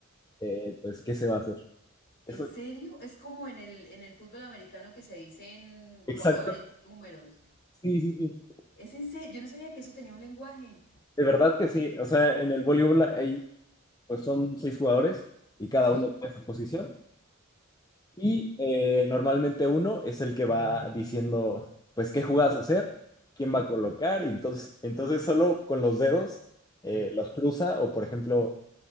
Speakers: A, on the left; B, on the left.
A: eh, pues, qué se va a hacer. Eso,
B: ¿En serio? Es como en el, en el fútbol americano que se dicen
A: exacto.
B: colores y números.
A: Sí, sí, sí.
B: Es en serio, yo no sabía que eso tenía un lenguaje.
A: De verdad que sí. O sea, en el voleibol hay, pues, son seis jugadores y cada
B: Sí.
A: uno tiene su posición. Y eh, normalmente uno es el que va diciendo, pues, qué jugadas hacer, quién va a colocar. Y entonces, entonces solo con los dedos eh, los cruza o, por ejemplo